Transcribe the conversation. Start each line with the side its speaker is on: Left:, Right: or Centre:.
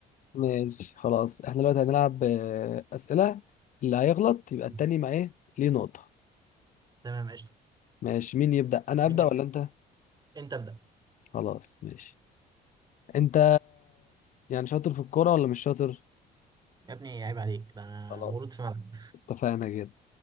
Left: ماشي خلاص احنا دلوقتي هنلعب آه، اسئله اللي هيغلط يبقى التاني
Right: <laughs>
Left: ما ايه ليه نقطه
Right: تمام قشطة
Left: ماشي مين يبدا انا
Right: مين
Left: ابدا
Right: يبدأ
Left: ولا انت
Right: انت ابدأ
Left: خلاص ماشي انت يعني شاطر في الكوره ولا مش شاطر
Right: يا ابني عيب عليك ده انا
Left: خلاص
Right: مولود في ملعب
Left: اتفقنا كده